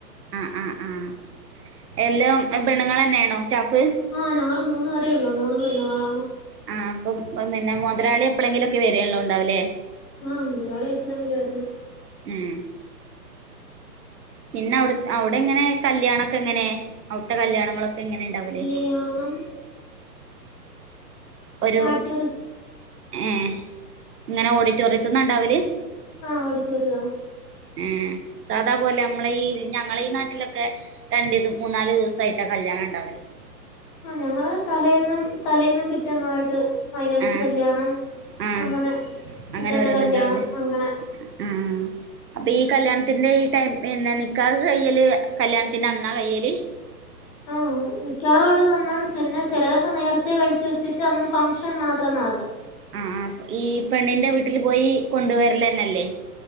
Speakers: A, on the right; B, on the left.
A: ആഹ് ആഹ് ആഹ് എല്ലാം പെണ്ണുങ്ങൾ തന്നെയാണോ സ്റ്റാഫ്?
B: ആഹ് ഞങ്ങള് മൂന്നുപേരേ ഉള്ളൂ. മൂന്നും പെണ്ണുങ്ങളാണ്.
A: ആഹ് അപ്പോ അപ്പം പിന്നെ മുതലാളി എപ്പളെങ്കിലും ഒക്കെ വര്യേള്ളുണ്ടാവുള്ളൂ അല്ലേ
B: ആഹ് മുതലാളി എപ്പഴെങ്കിലുവാ വരുന്നെ.
A: ഉം പിന്നെ അവിടെ അവിടെ എങ്ങനെ കല്യാണം ഒക്കെ എങ്ങനെ? അവിടുത്തെ കല്യാണങ്ങളൊക്കെ എങ്ങനെ ഉണ്ടാവല്?
B: ല്യാണം
A: ഒരു
B: ആഡിറ്റോറിയം
A: ഏഹ് ഇങ്ങനെ ഓഡിറ്റോറിയത്തിന്നാ ഇണ്ടാവല്?
B: ആഹ് ഓഡിറ്റോറിയാ
A: ഏഹ് സാധാപോലെ നമ്മളെ ഈ ഞങ്ങളെ ഈ നാട്ടിലൊക്കെ രണ്ടിത് മൂന്നാല് ദിവസായിട്ടാ കല്യാണം ഇണ്ടാവല്
B: ആഹ് ഞങ്ങള് തലേന്നും തലേന്നും പിറ്റേന്നും ആയിട്ട് മൈലാഞ്ചി
A: ആഹ്
B: കല്യാണം
A: ആഹ്
B: അങ്ങനെ പിറ്റേന്ന്
A: അങ്ങനെ ഓരോന്ന്
B: കല്യാണം
A: ഉണ്ടാവൂലേ
B: അങ്ങനെ
A: ആഹ് അപ്പൊ ഈ കല്യാണത്തിന്റെ ഈ ടൈം എന്നാ നിക്കാഹ് കഴിയല് കല്യാണത്തിന്റെ അന്നാ കഴിയല്?
B: ആഹ് മിക്കവാറും ഉള്ളത് അന്നാണ് പിന്നെ ചിലതൊക്കെ നേരത്തെ കഴിച്ച് വെച്ചിട്ട് അന്ന് ഫംഗ്ഷൻ മാത്രം നടത്തും
A: ആഹ് ആഹ് ഈ പെണ്ണിന്റെ വീട്ടില് പോയി കൊണ്ട് വരലന്നല്ലേ?